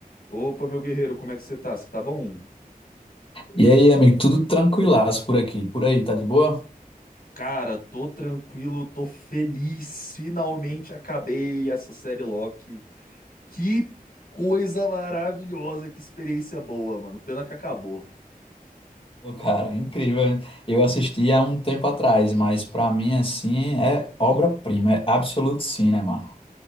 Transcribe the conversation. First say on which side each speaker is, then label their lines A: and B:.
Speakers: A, on the left; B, on the left.
A: Opa, meu guerreiro, como é que você tá? Você tá bom?
B: E aí, amigo, tudo tranquilaço por aqui. Por aí, tá de boa?
A: Cara, tô tranquilo, tô feliz. Finalmente acabei essa série Loki. Que coisa maravilhosa, que experiência boa, mano. Pena que acabou.
B: Pô, cara, é incrível. Eu assisti há um tempo atrás, mas pra mim, assim, é obra-prima, é absoluto cinema.